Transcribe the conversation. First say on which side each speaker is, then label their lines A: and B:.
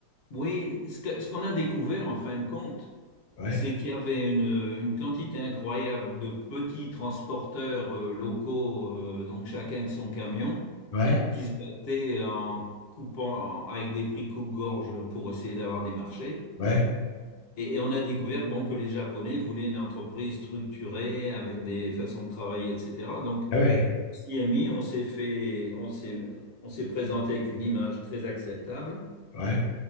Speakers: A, on the left; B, on the left.
A: Oui, ce que- ce qu'on a découvert en fin de compte,
B: Ouais,
A: c'est qu'il y avait une, une quantité incroyable de petits transporteurs euh, locaux, euh, donc chacun avec son camion,
B: ouais,
A: qui se battaient en coupant, en- avec des prix coupe-gorge pour essayer d'avoir des marchés.
B: ouais,
A: Et, et on a découvert bon, que les Japonais voulaient une entreprise structurée avec des façons de travailler, etc. Donc,
B: ah ouais,
A: CMI, on s'est fait, on s'est, on s'est présenté avec une image très acceptable
B: ouais,